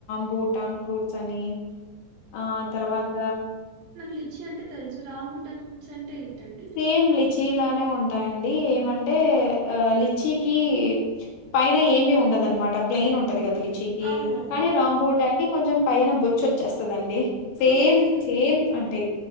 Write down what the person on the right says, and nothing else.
లీచీ అంటే తెలుసు రాంబుట్టన్ ఫ్రూట్స్ అంటే ఏంటండి
అవునవును
ఓకే